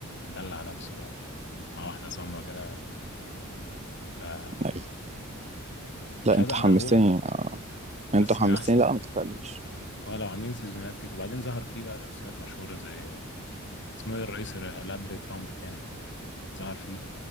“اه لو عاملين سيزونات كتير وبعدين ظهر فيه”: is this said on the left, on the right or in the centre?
Left